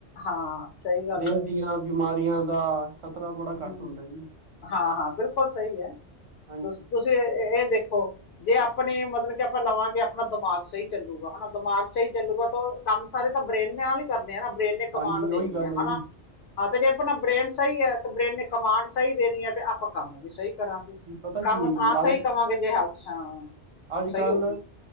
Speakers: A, on the left; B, on the right.
A: ਹਾਂ ਸਹੀ ਗੱਲ
B: ਦਿਲ
A: ਹੈ
B: ਦੀਆਂ ਬਿਮਾਰੀਆਂ ਦਾ ਖ਼ਤਰਾ ਬੜਾ
A: ਹਮ
B: ਘੱਟ ਹੁੰਦਾ ਜੀ
A: ਹਾਂ ਹਾਂ ਬਿਲਕੁਲ ਸਹੀ ਹੈ
B: ਹਾਂਜੀ
A: ਤੁਸੀ, ਤੁਸੀਂ ਇਹ ਦੇਖੋ ਜੇ ਆਪਣੀ ਮਤਲਬ ਕਿ ਆਪਾਂ ਲਵਾਂਗੇ ਆਪਣਾ ਦਿਮਾਗ ਸਹੀ ਚੱਲੂ ਹਾ ਦਿਮਾਗ ਸਹੀ ਚੱਲੂਗਾ, ਤਾਂ ਕੰਮ ਸਾਰੇ ਤਾਂ ਬ੍ਰੇਨ ਨਾਲ ਹੀ ਕਰਨੇ ਹੈ ਨਾ ਬ੍ਰੇਨ ਨੇ ਕਮਾਂਡ
B: ਹਾਂਜੀ
A: ਦੇਣੀ
B: ਉਹੀ ਗੱਲ
A: ਹੈ
B: ਹੈਗੀ
A: ਹਨਾ, ਹਾਂ ਤੇ ਜੇ ਆਪਣਾ ਬ੍ਰੇਨ ਸਹੀ ਹੈ ਬ੍ਰੇਨ ਨੇ ਕਮਾਂਡ ਸਹੀ ਦੇਣੀ ਹੈ ਤੇ ਆਪਾਂ ਕੰਮ ਵੀ ਸਹੀ ਕਰਾਂਗੇ,
B: ਜੀ ਪਤਾ
A: ਕੰਮ
B: ਕੀ ਹੈਗੀ
A: ਤਾਂ
B: ਅੱਜ
A: ਸਹੀ ਕਵਾਂਗੇ ਜੇ ਹੈਲਥ ਹਾਂ
B: ਅੱਜ
A: ਸਹੀ
B: ਕੱਲ੍ਹ
A: ਹੋਗੀ।